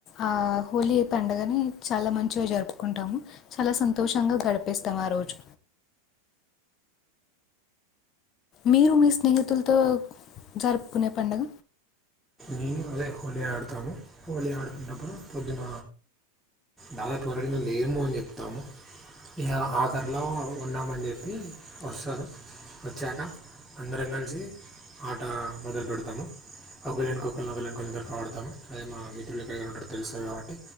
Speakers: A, on the left; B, in the centre.
A: ఆ హోలీ పండుగని చాలా మంచిగా జరుపుకుంటాము చాలా సంతోషంగా గడిపిస్తాం ఆ రోజు మీరు మీ స్నేహితులతో జరుపుకునే పండుగ
B: మేము అదే హోలీ ఆడుతాము హోలీ ఆడుకున్నప్పుడు పొద్దున దాదాపురడిన లేము అని చెప్తాము ఇ ఆకర్లో ఉన్నామని చెప్పి వస్తారు వచ్చాక అందరం కలిసి ఆట మొదలు పెడతాము ఒకళ్ళెనుక ఒకళ్ళు ఒకళ్ళెనుక ఒకళ్ళు ఆడతాము అదే మా మిత్రులు ఎక్కడ ఉంటారు తెలుస్తాది కాబట్టి